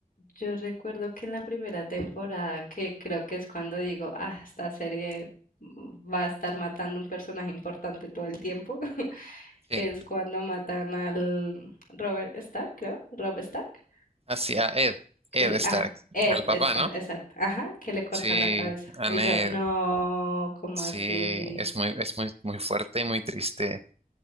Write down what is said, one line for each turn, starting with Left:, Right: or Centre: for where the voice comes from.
Left: Yo recuerdo que en la primera temporada, que creo que es cuando digo, ah, esta serie va a estar matando un personaje importante todo el tiempo, <laughs>
Right: Sí,
Left: que es cuando matan al Robert Stark, creo, Rob Stark,
Right: hacia Ed, Ed
Left: que, l-
Right: Stark,
Left: ajá, Ed
Right: al papá,
Left: Stark,
Right: ¿no?
Left: exacto, ajá, que le cortan
Right: Sí,
Left: la cabeza.
Right: a
Left: Y
Right: Ned.
Left: yo, no, como
Right: Sí,
Left: así?
Right: es muy, es muy, muy fuerte y muy triste.